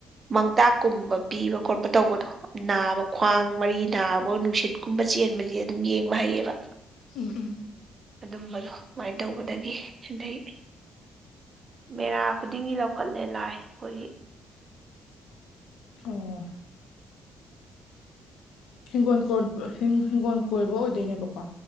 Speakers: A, on the right; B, on the left.
A: ꯃꯥꯡꯇꯥꯛꯀꯨꯝꯕ ꯄꯤꯕ ꯈꯣꯠꯄ ꯇꯧꯕꯗꯣ ꯅꯥꯕ ꯈ꯭ꯋꯥꯡ ꯃꯔꯤ ꯅꯥꯕ ꯅꯨꯡꯁꯤꯠꯀꯨꯝꯕ ꯆꯦꯟꯕꯁꯦ ꯑꯗꯨꯝ ꯌꯦꯡꯕ ꯍꯩꯌꯦꯕ
B: ꯎꯝ ꯎꯝ
A: ꯑꯗꯨꯝꯕꯗꯣ ꯃꯥꯏꯅ ꯇꯧꯕꯗꯒꯤ ꯑꯗꯩ ꯃꯦꯔꯥ ꯈꯨꯗꯤꯡꯒꯤ ꯂꯧꯈꯠꯂꯦ ꯂꯥꯏ ꯑꯩꯈꯣꯏꯒꯤ
B: ꯑꯣ ꯍꯤꯡꯒꯣꯜ ꯀꯣꯟ ꯍꯤꯡꯒꯣꯜ ꯀꯣꯏꯕ ꯑꯣꯏꯗꯣꯏꯅꯦꯕꯀꯣ